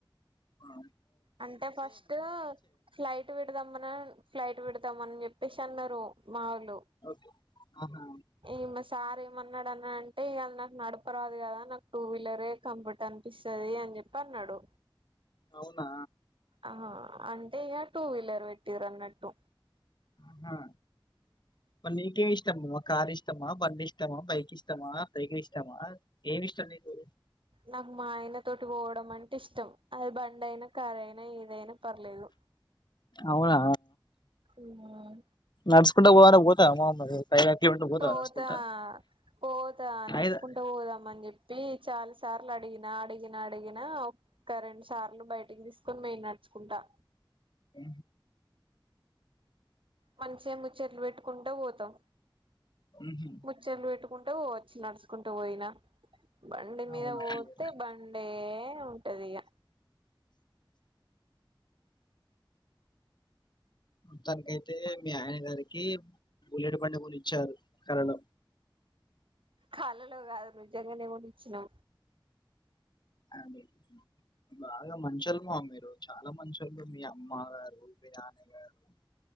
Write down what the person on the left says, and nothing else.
ఆ
ఓకే ఆహా!
అవునా
ఆహా! మరి నీకేమి ఇష్టంము కార్ ఇష్టమా బండి ఇష్టమా బైక్ ఇష్టమా సైకిల్ ఇష్టమా ఏమి ఇష్టం నీకు
అవునా
నడుచుకుంటా పో అంటే పోతావా మామ మరి ఐదు ఆరు కిలోమీటర్లు పోతావా
నడుచుకుంటా?
ఐదా
ఉ
హుహు.
అవునవునులే.
తనకైతే మీ ఆయన గారికి బుల్లెట్ బండి కొనించారు కలల్లో
అడ్ బాగా మంచోలు మా మీరు చాలా మంచోళు మీ అమ్మగారు మీ నాన్నగారు